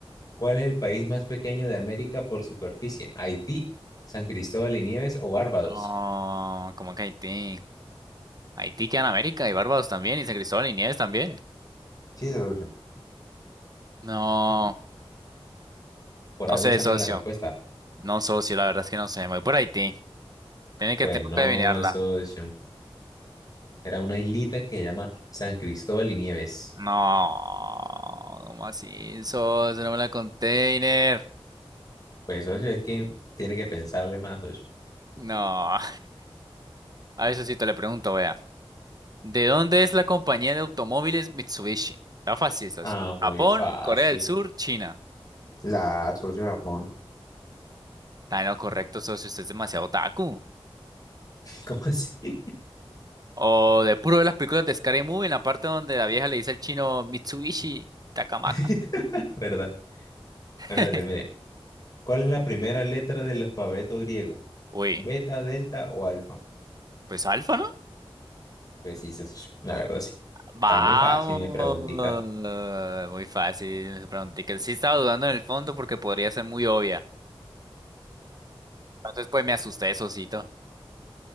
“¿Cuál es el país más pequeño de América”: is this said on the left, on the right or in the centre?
Left